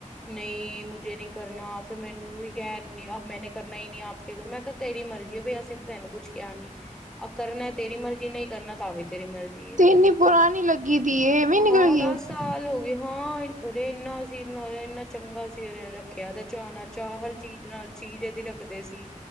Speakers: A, in the centre; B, on the right (about 70°).
A: ਨਹੀਂ, ਮੁਝੇ ਨਹੀਂ ਕਰਨਾ ਫੇਰ, ਮੈਨੂੰ ਵੀ ਕਹਿਣ ਨੀ, ਆ, ਮੈਨੇ ਕਰਨਾ ਹੀ, ਨੀ ਆਪ ਕੇ, ਘਰ ਮੈਂ ਕਿਹਾ ਤੇਰੀ ਮਰਜ਼ੀ। ਵੀ, ਅਸੀਂ ਤੇ, ਤੈਨੂੰ ਕੁਛ ਕਿਹਾ ਨੀ ਅ ਕਰਨੇ ਤੇਰੀ ਮਰਜ਼ੀ ਨਹੀਂ। ਕਰਨਾ ਤਾਂ ਵੀ ਤੇਰੀ ਮਰਜੀ ਏ,
B: ਤੇ ਇੰਨੀ ਪੁਰਾਣੀ ਲੱਗੀ ਦੀ ਇਹ ਵੀ ਨਿਕਲ
A: ਹਾਂ।
B: ਗਈ।
A: ਦੱਸ ਸਾਲ ਹੋਗੇ। ਹਾਂ, ਉਰੇ ਇੰਨਾ ਸੀ, ਨਾਲ ਇੰਨਾ ਚੰਗਾ ਸੀ, ਓਨੇ ਰੱਖਿਆ ਓਦਾ ਚਾਅ- ਨਾਲ ਚਾਅ ਹਰ ਚੀਜ਼, ਨਾਲ ਚੀਜ਼ ਏਦੀ ਰੱਖਦੇ ਸੀ।